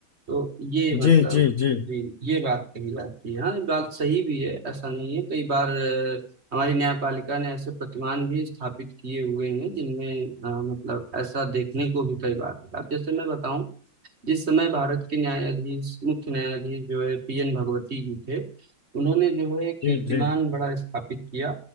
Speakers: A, on the right (about 35°); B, on the left (about 75°).
A: तो ये मतलब
B: जी जी जी
A: जी ये बात कही जाती है हाँ ये बात सही भी है ऐसा नहीं है कई बार अ, हमारी न्यायपालिका ने ऐसे प्रतिमान भी स्थापित किए हुए हैं जिनमें अ, मतलब ऐसा देखने को भी कई बार मिला अब जैसे मैं बताऊं जिस समय भारत के न्यायाधीश मुख्य न्यायाधीश जो है पी एन भगवती जी थे उन्होंने जो है कीर्तिमान
B: जी जी
A: बड़ा स्थापित किया